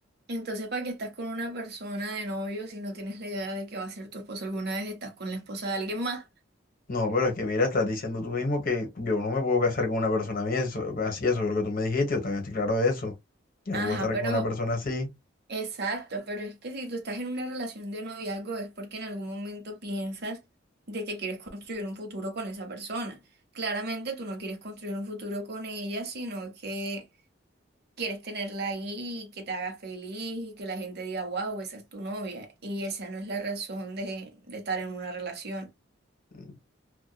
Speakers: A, on the right; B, on the left.
A: Entonces, ¿para qué estás con una persona de novio si no tienes la idea de que va a ser tu esposo alguna vez? Estás con la esposa de alguien más.
B: No, pero es que mira, estás diciendo tú mismo que yo no me puedo casar con una persona mía, eso- así, eso es lo que tú me dijiste, yo también estoy claro de eso. Yo
A: Ajá,
B: no puedo estar
A: pero...
B: con una persona así.
A: Exacto, pero es que si tú estás en una relación de noviazgo es porque en algún momento piensas de que quieres construir un futuro con esa persona. Claramente tú no quieres construir un futuro con ella, sino que quieres tenerla ahí y que te haga feliz y que la gente diga, wow, esa es tu novia. Y esa no es la razón de, de estar en una relación.
B: Mm,